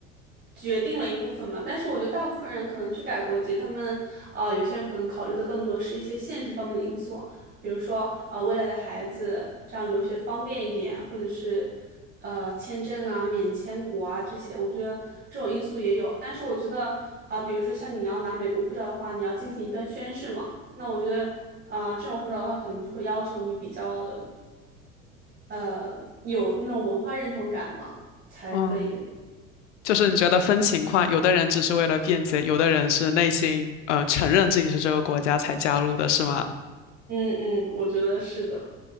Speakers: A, on the right; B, on the left.
A: 决定了一部分嘛。但是我觉得大部分人可能去改国籍，他们啊、有些人可能考虑的更多是一些现实方面的因素，比如说啊、未来的孩子这样留学方便一点，或者是呃签证啊、免签国啊这些，我觉得这种因素也有。但是我觉得啊、比如说像你要拿美国护照的话，你要进行一段宣誓嘛，那我觉得啊、这种护照的话，可能就会要求你比较的。呃有那种文化认同感吧，才可以。
B: 嗯，就是你觉得分情况，有的人只是为了便捷，有的人是内心呃承认自己是这个国家才加入的，是吗？
A: 嗯嗯，我觉得是的。